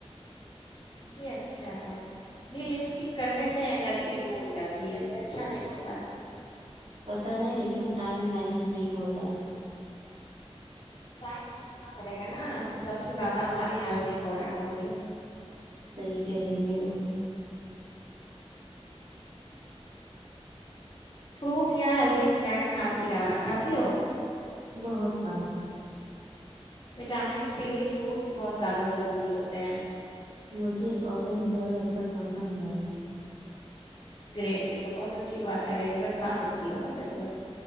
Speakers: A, on the left; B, on the right.
A: یہ اچھا ہے مل اسکپ کرنے سے انرجی لو ہو جاتی ہے یہ اچھا نہیں ہوتا ہے
B: پتہ ہے لیکن ٹائم مینج نہیں ہوتا
A: چائےگاننا پڑے گا نا سب سے زیادہ ہماری ہیلتھ امپورٹنٹ ہوتی ہے
B: صحیح کہہ رہی ہ
A: فروٹ یا ہیلدی اسنیک کاتتی رہا کھات ہو
B: بہت کم
A: وٹامنس کے لیے فروٹس بہت زیادہ ضروری ہوتے ہیں
B: مجھے اورینج اور ایپل پسند ن ہ
A: گریٹ تو بہت اچھی بات ہے ریگولر کھا سکتی ہو نا پھر تو